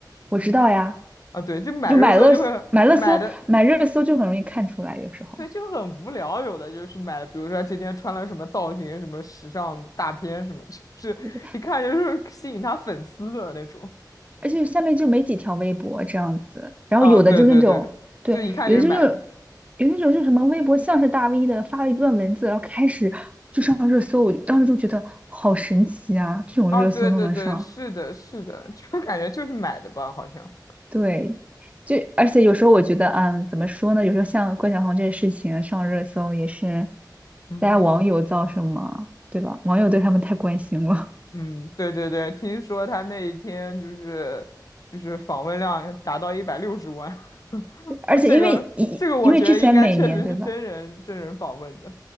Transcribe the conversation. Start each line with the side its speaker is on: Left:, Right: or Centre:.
Right: 我知道呀，
Left: <laughs> 啊，对，就买热搜就会买的，
Right: 就买热搜买热搜买热搜就很容易看出来，有时候。
Left: 对，就很无聊。有的就是买，的，比如说他今天穿了什么造型、什么时尚大片什么，<laughs> 就是一看就是吸引他粉丝的那种。
Right: 对对而且下面就没几条微博这样子，然后有的就是那种，
Left: 啊，对对对，
Right: 对，
Left: 就一看就是买的。
Right: 有的就是有那种就是什么微博像是大 V 的发了一段文字，然后开始就上热搜，我就当时就觉得好神奇啊，这种热搜都能上，
Left: 啊，对对对，是的，是的，<laughs> 就感觉就是买的吧，好像。
Right: 对，就而且有时候我觉得，嗯，怎么说呢？有时候像关晓彤这个事情上热搜也是
Left: 嗯
Right: 大家网友造成嘛，对吧？网友对他们太关心了，
Left: 嗯，对对对，听说他那一天就是就是访问量达到一百六十万，<laughs>
Right: <laughs> 而且因为因因为之前每年对吧？
Left: 这个这个我觉得应该确实是真人真人访问的。